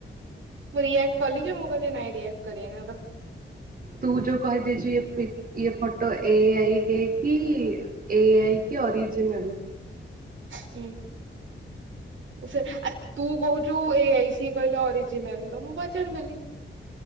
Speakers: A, on the right; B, on the right.
A: ମୁଁ ରିଆକ୍ଟ କଲି ଯେ ମୁଁ କହିଲି ନାଇଁ ରିଆକ୍ଟ କରିଆନି
B: ତୁ ଯଉ କହିଦେଇଛୁ ଏ ପିକ। ଇଏ ଫଟୋ ଏ ଆଇ ହେଇକି ଏ ଆଇ କି ଅରିଜିନାଲ
A: ହଁ ସେ ଆରେ ତୁ କହୁଛୁ ଏ ଆଇ ସେ କହିଲେ ଅରିଜିନାଲ ତ ମୁଁ ପଚାରିଦଲି।